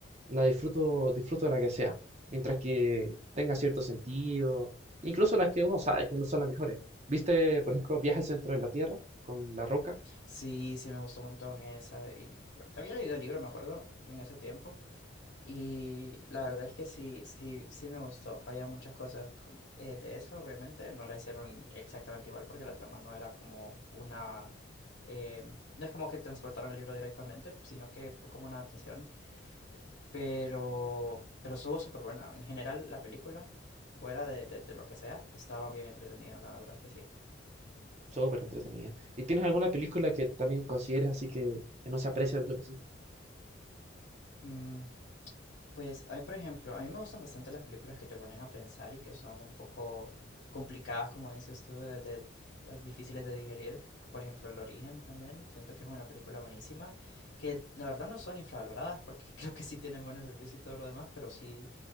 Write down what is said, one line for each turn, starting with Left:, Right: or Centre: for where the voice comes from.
Right: la disfruto, disfruto de la que sea, mientras que tenga cierto sentido, incluso las que uno sabe que no son las mejores. ¿Viste, por ejemplo, Viaje al centro de la Tierra con La Roca?
Left: Sí, sí me gustó un montón esa. Y había leído el libro, me acuerdo, en ese tiempo. Y la verdad es que sí, sí, sí me gustó. Había muchas cosas como- eh, de eso, obviamente. No la hicieron exactamente igual porque la trama no era como una... eh, no es como que transportaron el libro directamente, sino que fue como una adaptación. Pero, pero estuvo súper buena. En general, la película, fuera de, de- de lo que sea, estaba bien entretenida, la verdad es que sí.
Right: Súper entretenida. ¿Y tienes alguna película que también consideres así que, que no se aprecia lo suficiente?
Left: Mm, Pues hay, por ejemplo, a mí me gustan bastante las películas que te ponen a pensar y que son un poco complicadas, como dices tú, de, de- ah, difíciles de digerir. Por ejemplo, El Origen también. Siento que es una película buenísima, que la verdad no son infravaloradas porque <laughs> creo que sí tienen buenos reviews y todo lo demás, pero sí,